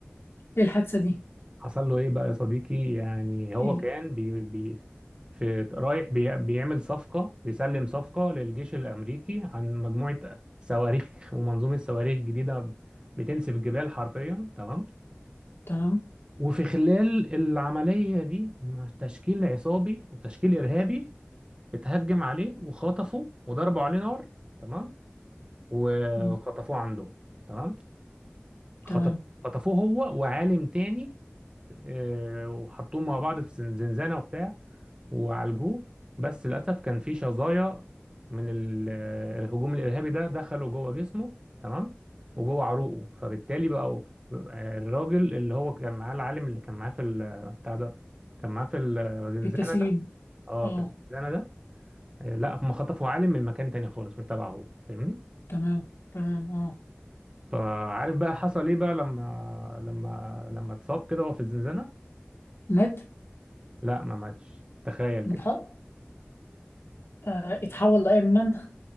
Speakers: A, on the left; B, on the right.
A: ايه الحادثه دي
B: حصل له ايه بقى يا صديقي يعني هو
A: ايه
B: كان بي بي في رايح بي بيعمل صفقة بيسلم صفقة للجيش الأمريكي عن مجموعة صواريخ <laughs> ومنظومة صواريخ جديدة بتنسف الجبال حرفيا تمام
A: تمام
B: وفي خلال العملية دي تشكيل عصابي وتشكيل إرهابي اتهجم عليه وخطفه وضربوا عليه نار تمام و-
A: مم.
B: وخطفوه عندهم تمام خطف
A: تمام
B: خطفوه هو وعالم تاني آه، وحطوهم مع بعض في زن- زنزانة وبتاع وعالجوه بس للأسف كان في شظايا من ال- آه، الهجوم الإرهابي ده دخلوا جوه جسمه تمام وجوه عروقه فبالتالي بقوا آه، الراجل اللي هو كان معاه العالم اللي كان معاه في ال- بتاع ده كان معاه في الزنزانة
A: في التسليم
B: ده اه
A: اه
B: في الزنزانة ده لا هم خطفوا عالم من مكان تاني خالص مش تبعه هو فاهمني
A: تمام تمام اه
B: فعارف بقى حصل ايه بقى لما لما لما اتصاب كده وهو في الزنزانة
A: مات
B: لا ما ماتش تخيل
A: من
B: كده
A: الحرب آه اتحول لايرون مان